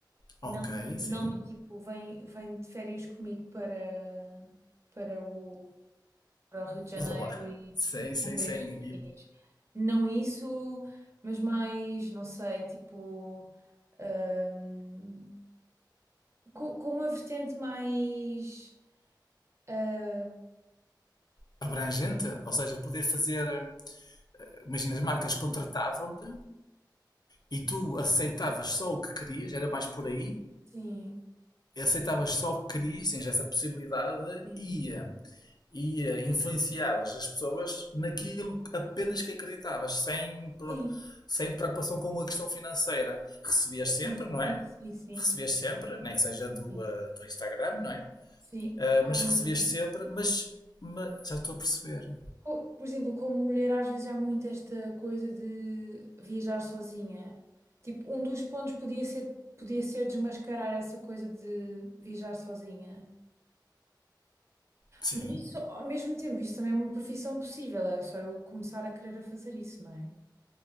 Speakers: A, on the left; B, on the right.
A: ok,
B: não,
A: sim.
B: não do tipo vem, vem de férias comigo para, para o para o Rio de Janeiro
A: Olá.
B: e
A: Sim, sim,
B: comprei
A: sim.
B: estes biquinis.
A: E
B: Não isso, mas mais, não sei, tipo, hum, com, com uma vertente mais. ah,
A: abrangente, ou seja, poder fazer. eh, Imagina, as marcas contratavam-te e tu aceitavas só o que querias, era mais por aí.
B: sim,
A: Aceitavas só o que querias, tens essa possibilidade
B: sim,
A: e, eh, e eh, influenciavas as pessoas naquilo que- apenas que acreditavas, sem, pro-
B: sim,
A: sem preocupação com a questão financeira. Recebias sempre,
B: sim,
A: não é?
B: sim, sim, sim.
A: recebias sempre, nem que seja do,
B: sim.
A: eh, do Instagram, não é?
B: Sim.
A: Eh, mas
B: Ai, imagina.
A: recebias sempre, mas, mas já estou a perceber.
B: Co- Por exemplo, como mulher, às vezes há muito esta coisa de viajar sozinha. Tipo, um dos pontos podia ser, podia ser desmascarar essa coisa de viajar sozinha.
A: Sim.
B: Mas isso, ao mesmo tempo, isso também é uma profissão possível, é só eu começar a querer a fazer isso, não é?